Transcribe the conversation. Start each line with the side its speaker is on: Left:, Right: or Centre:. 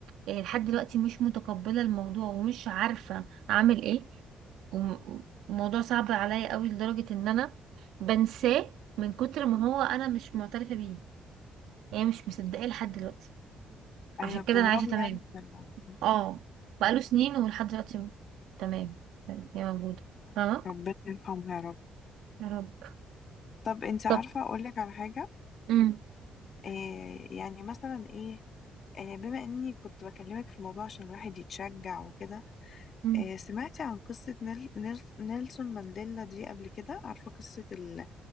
Right: يعني لحد دلوقتي مش متقبلة الموضوع ومش عارفة اعمل ايه وم- وموضوع صعب عليا قوي لدرجة ان انا بنساه من كتر ما هو انا مش معترفة بيه يعني مش مصدقاه لحد دلوقتي
Left: أيوة
Right: عشان
Left: بتهربي
Right: كده انا عايشة تمام
Left: يعني من الموضوع.
Right: اه بقاله سنين ولحد دلوقتي هو تمام يعني هي موجودة فاهمة
Left: ربنا يرحمها يا رب
Right: يا رب
Left: طب انت عارفة
Right: طب
Left: اقولك على حاجة
Right: امم
Left: آه يعني مثلا ايه آه بما اني كنت بكلمك في الموضوع عشان الواحد يتشجع وكده
Right: امم،
Left: آه سمعتي عن قصة نيل نيلس- نيلسون مانديلا دي قبل كده عارفة قصة ال-